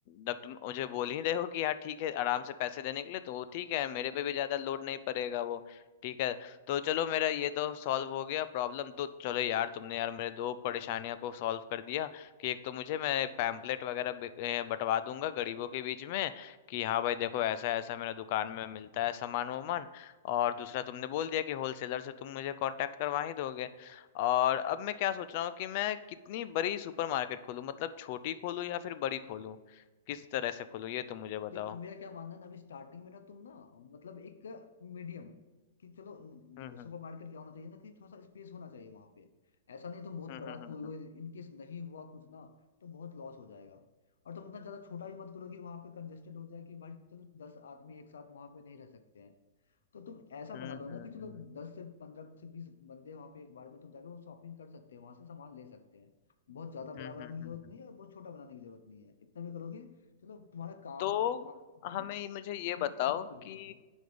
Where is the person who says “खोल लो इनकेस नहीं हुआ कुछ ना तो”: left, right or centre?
Left